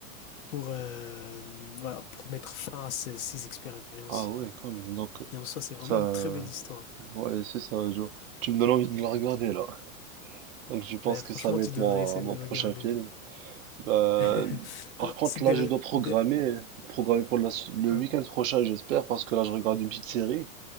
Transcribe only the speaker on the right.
Ah ouais, quand même. Donc
ça,
ouais, c'est ça. je- Tu me donnes envie de la regarder là. Donc je pense
que
ça va
être
mon,
mon
prochain
film. Bah,
par
contre,
là,
je dois programmer,
programmer pour la s- le
week-end prochain, j'espère, parce que là, je regarde une petite série.